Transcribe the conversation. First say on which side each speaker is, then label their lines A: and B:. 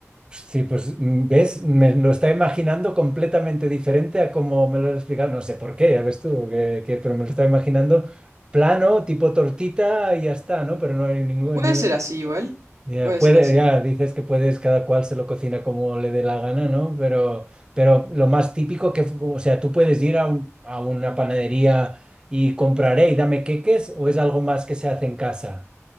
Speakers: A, on the right; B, on the right.
A: Sí, pues mm, ves, me lo está imaginando completamente diferente a como me lo has explicado. No sé por qué, ya ves tú, que, que- pero me lo está imaginando plano, tipo tortita y ya está, ¿no? Pero no hay ningún...
B: Puede
A: ningún-
B: ser así igual,
A: Ya,
B: puede
A: puede,
B: ser así.
A: ya dices que puedes, cada cual se lo cocina como le dé la gana, ¿no? Pero, pero lo más típico que, o sea, tú puedes ir a, un- a una panadería y compraré y dame queques o es algo más que se hace en casa.